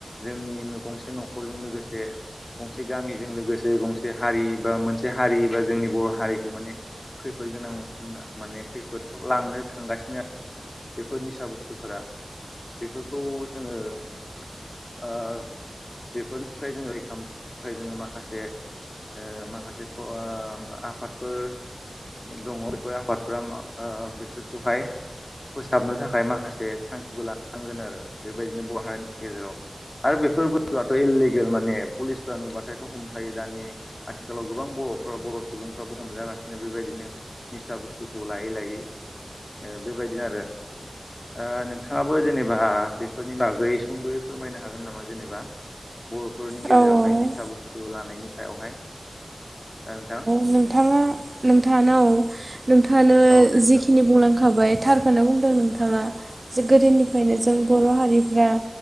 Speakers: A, on the left; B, on the right.
A: जोंनि गंसे न'खरजों लोगोसे गंसे गामिजों लोगोसे गंसे हारि बा मोनसे हारि बा जोंनि बर' हारिखौ माने खैफोद गोनां होनना माने खैफोदाव लांनो थांगासिनो आरो। बेफोर निसा बुस्थुफोरा बेफोरखौ जोंङो ओ बेफोरनिफ्राय जोंङो रैखा मोननो थाखाय जोंङो माखासे ओ माखासे ओ आफादफोर दंङ बेफोर आफादफोरा मा ओ बिसोरखौहाय फोसाबनो थाखाय माखासे थांखिबो लानांगोन आरो बेबायदिनो बहा हारिनि गेजेराव आरो बेफोर बुस्थुआथ' इनलिगेल माने पुलिस नुबाथायथ' हमखायो दानि आथिखालाव गोबां बर'फ्रा बर' सुबुंफ्राबो हमजागासिनो बेबायदिनो निसा बुस्थुखौ लायै लायै। ओ बेबायदि आरो ओ नोंथाङाबो जेनेबा बेफोरनि बागै सुंद'यै फोरमायनो हागोन नामा जेनेबा बर'फोरनि
B: औ
A: गेजेरावहाय
B: औ
A: निसा बुस्थु लानायनि सायावहाय ओ नोंथां
B: नोंथांङा नोंथाङानो औ नोंथांङानो
A: औ दे नोंथां
B: जिखिनि बुंलांखाबाय थारखौनो बुंदों नोंथांङा जे गोदोनिफ्रायनो जों बर' हारिफ्रा